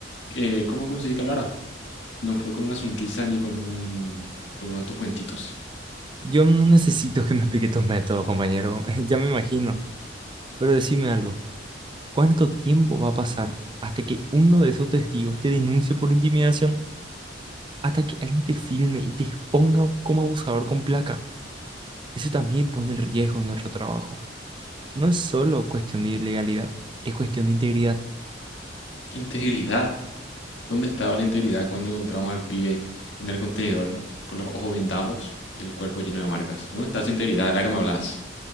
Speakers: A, on the left (about 80°); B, on the right (about 25°).
A: eh, cómo conseguí que hablara. No fue con una sonrisa ni con un con uno de tus cuentitos.
B: Yo no necesito que me explique tus métodos, compañero, <laughs> ya me imagino, pero decime algo. ¿Cuánto tiempo va a pasar hasta que uno de esos testigos te denuncie por intimidación? Hasta que alguien te filme y te exponga como abusador con placa. Eso también pone en riesgo nuestro trabajo. No es solo cuestión de ilegalidad, es cuestión de integridad.
A: Integridad. ¿Dónde estaba la integridad cuando encontramos al pibe en el contenedor con los ojos vendados y el cuerpo lleno de marcas? ¿Dónde está esa integridad de la que me hablas?